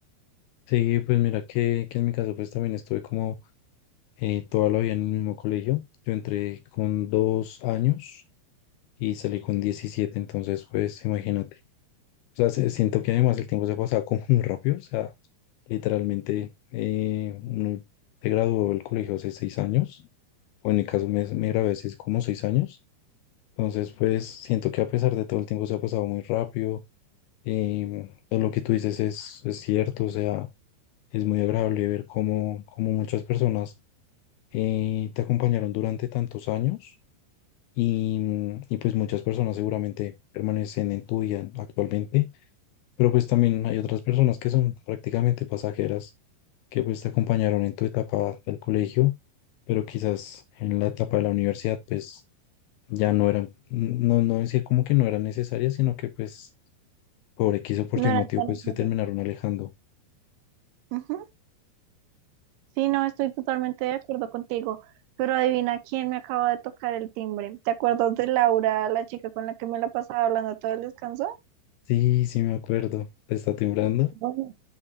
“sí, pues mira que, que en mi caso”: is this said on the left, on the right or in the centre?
Left